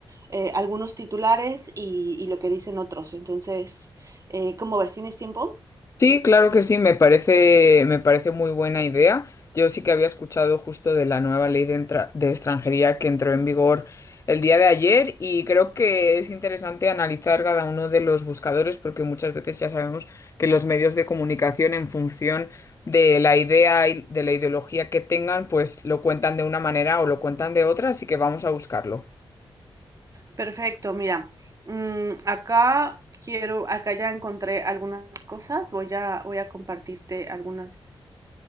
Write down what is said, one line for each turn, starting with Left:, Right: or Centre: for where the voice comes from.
Right: eh, algunos titulares y, y lo que dicen otros. Entonces, eh, ¿cómo ves? ¿Tienes tiempo?
Left: Sí, claro que sí, me parece, me parece muy buena idea. Yo sí que había escuchado justo de la nueva ley de, entra- de extranjería que entró en vigor el día de ayer y creo que es interesante analizar cada uno de los buscadores porque muchas veces ya sabemos que los medios de comunicación en función de la idea y de la ideología que tengan, pues lo cuentan de una manera o lo cuentan de otra, así que vamos a buscarlo.
Right: Perfecto, mira, mm, acá quiero, acá ya encontré algunas cosas, voy a, voy a compartirte algunas